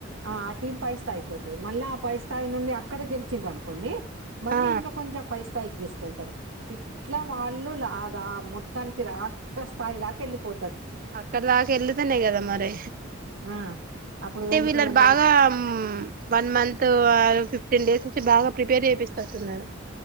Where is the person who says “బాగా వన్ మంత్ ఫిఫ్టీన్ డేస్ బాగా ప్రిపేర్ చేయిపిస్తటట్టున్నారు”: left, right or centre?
Right